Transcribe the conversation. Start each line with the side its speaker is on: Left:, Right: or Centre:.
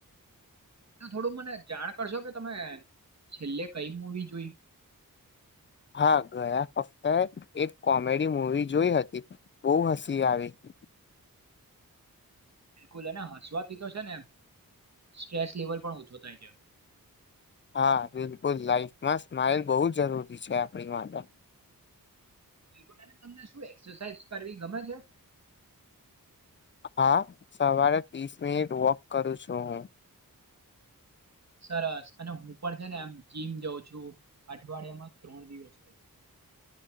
Right: થોડું મને જાણ કરશો કે તમે છેલ્લે કઈ મુવી જોઈ?
Left: હા ગયા હપ્તાએ એક કોમેડી મુવી જોઈ હતી બહુ હસી આવી. <inaudible>
Right: બિલકુલ અને હસવાથી તો શે ને સ્ટ્રેસ લેવલ પણ ઓછો થાય છે.
Left: હા બિલકુલ લાઈફમાં સ્માઈલ બહુ જરૂરી છે આપણી માટે.
Right: બિલકુલ અને તમને શું એક્સરસાાઈઝ કરવી ગમે છે?
Left: હા સવારે ત્રીસ મિનિટ વોક કરું છું હું.
Right: સરસ અને હું પણ છે ને એમ જીમ જાઉં છું અઠવાડિયામાં ત્રણ દિવસ તો.